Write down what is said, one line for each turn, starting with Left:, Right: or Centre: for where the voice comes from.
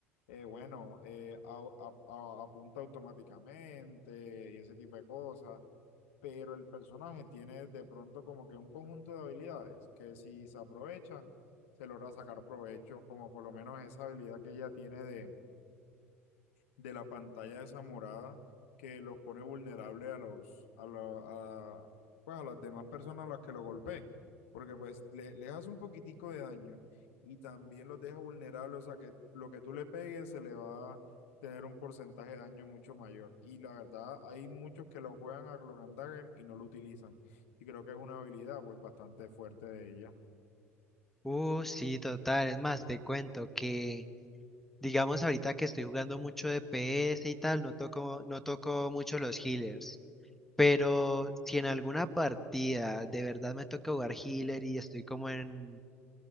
Left: eh, bueno, eh, au- a- a- apunta automáticamente y ese tipo de cosas pero el personaje tiene de pronto como que un conjunto de habilidades que si se aprovechan, se logra sacar provecho, como por lo menos esa habilidad que ella tiene de de la pantalla esa morada que los pone vulnerable a los, a la, a, pues a las demás personas a las que lo golpee, porque pues le- les hace un poquitico de daño y también los deja vulnerables, o sea que lo que tú le pegues se le va a tener un porcentaje de daño mucho mayor. Y la verdad, hay muchos que lo juegan a Cloak and Dagger y no lo utilizan. Y creo que es una habilidad pues bastante fuerte de ella.
Centre: Uh, sí, total. Es más, te cuento que, digamos, ahorita que estoy jugando mucho de PS y tal, no toco, no toco mucho los healers. Pero si en alguna partida de verdad me toca jugar healer y estoy como en,